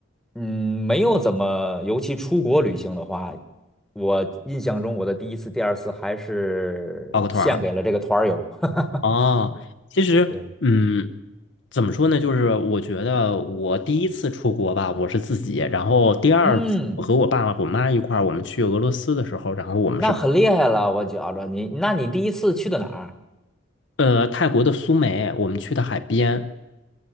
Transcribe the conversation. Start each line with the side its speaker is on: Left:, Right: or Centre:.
Centre: 嗯，没有怎么，尤其出国旅行的话，我印象中我的第一次、第二次还是献给了这个团儿游。
Left: 报个团儿。
Centre: <laughs>
Left: 哦，其实，
Centre: 对，
Left: 嗯，怎么说呢？就是我觉得我第一次出国吧，我是自己，然后第二次我和我爸爸、
Centre: 嗯，
Left: 我妈一块儿，我们去俄罗斯的时候，然后我们是跑
Centre: 那很厉害了，我觉着你，那你第一次去的哪儿？
Left: 呃，泰国的苏梅，我们去的海边。